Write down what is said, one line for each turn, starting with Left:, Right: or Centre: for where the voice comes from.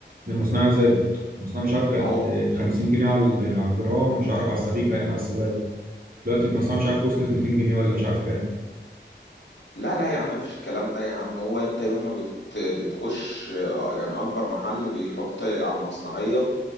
Right: ان المصنعيه زادت المصنعيه مش عارف كانت
Left: ما هو
Right: 50 جنيه على ال- على الجرام مش عارف على السبيكه يعني على السبايك دلوقتي المصنعيه مش عارف وصلت 200 جنيه ولا مش عارف كام
Left: لا لا يا عم مفيش الكلام ده يا عم هو انت يوم ما بت بتخش آه، يعني اكبر محل بيحط على المصنعيه